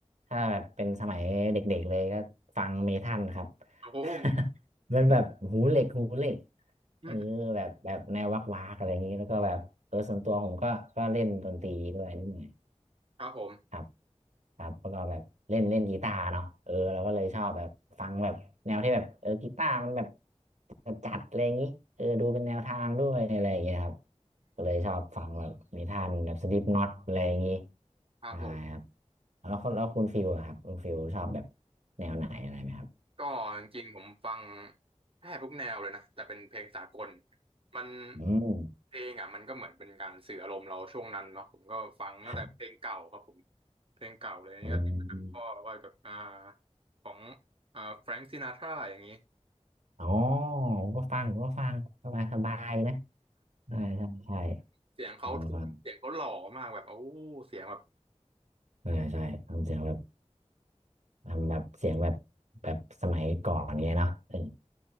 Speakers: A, on the right; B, on the right.
A: ถ้าแบบเป็นสมัยเด็กๆเลยก็ฟังเมทัลครับ
B: โอ้โหไม่
A: <laughs> เป็นแบบหูเหล็กหูเหล็กเออแบบแบบแนววักวากอะไรอย่างนี้แล้วก็แบบเออส่วนตัวผมก็ก็เล่นดนตรีด้วยนิดหน่อย
B: อืมครับผม
A: ครับครับแล้วก็แบบเล่นเล่นกีตาร์เนาะเออเราก็เลยชอบแบบฟังแบบแนวที่แบบเออกีตาร์มันแบบจัดๆอะไรอย่างนี้เออดูเป็นแนวทางด้วยอะไรอย่างเงี้ยครับก็เลยชอบฟังแบบนิทานแบบสลิปน็อตอะไรอย่างงี้
B: ครับผม
A: นะครับแล้วคนแล้วคุณฟิลอะครับคุณฟิลชอบแบบแนวไหนอะไรไหมครับ
B: ก็จริงๆผมฟังแทบทุกแนวเลยนะแต่เป็นเพลงสากลมัน
A: อืม
B: เพลงอ่ะมันก็เหมือนเป็นการสื่ออารมณ์เราช่วงนั้นเนาะผมก็ฟังตั้งแต่เพลงเก่าครับผม
A: ครับ
B: เพลงเก่าเลยอันนี่ก็ติดมาจากพ่อว่าแบบอ่า
A: อืม
B: ของอ่าแฟรงซินาทราอย่างนี้
A: อ๋อผมก็ฟังผมก็ฟังสบายสบายนะใช่ใช่ใช่
B: เสียงเขาทุ้มเสียงเขาหล่อมากแบบโอ้
A: ฟังฟัง
B: เสียงแบบ
A: ใช่ใช่ทำเสียงแบบ ทำแบบเสียงแบบแบบสมัยก่อนเงี้ยเนาะเออ